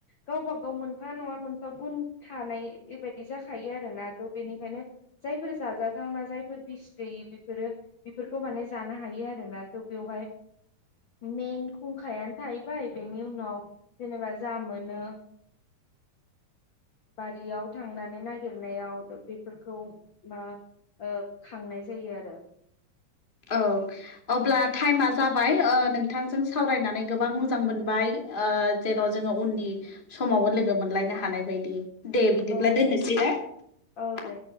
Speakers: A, on the left; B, on the left.
A: गावबा गाव मोनफा नंङा मोनफा गुन थानाय एबायदि जाखायो आरोना थ बेनि खायनो जायफोर जाजाथावना जायफोर बिस गैयि बेफोरो बिफोरखौ माने जानो हायो आरोना। द बेवहाय मेन खुंखायानो थाहैबाय बेनि उनाव जेनेबा जा मोनो बारियाव थांनानै नागिरनायाव बेफोरखौ मा ओ खांनाय जायो आरो।
B: औ अब्ला टाइमा जाबाय ओ नोंथांजों सावरायनानै गोबां मोजां मोनबाय। ओ जेन' जोङो उननि समावबो लोगो मोनलायनो हानाय बायदि। दे बिदिब्ला
A: औ
B: दोननोसै
A: दे
B: ना?
A: औ दे